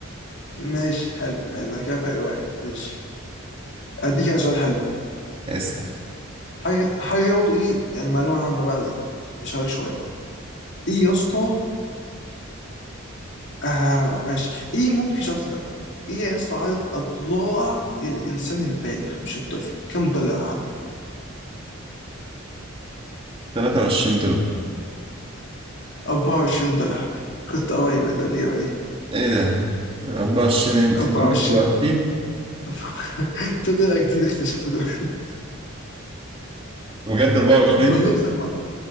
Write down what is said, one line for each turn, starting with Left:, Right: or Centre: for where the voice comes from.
Left: ماشي حلو حلو انا كده فرق واحد ماشي اديك كده سؤال حلو
Right: اسأل
Left: حاجه حاجه برضه ايه يعني معلومه عامه بقى دي اشارك شويه بقى ايه يا اسطى آه ماشي ايه ممكن شايف تكتب ايه يا اسطى عدد اضلاع الانسان البالغ مش الطفل كم ضلع
Right: تلاتة وعشرين دول
Left: 24 ضلع كنت قريب انت بالاجابه دي
Right: ايه ده 24 امتى
Left: 24
Right: 23
Left: <laughs> في ضلع جديد اكتشفوه دلوقتي
Right: بجد 24
Left: والله بس انا ما-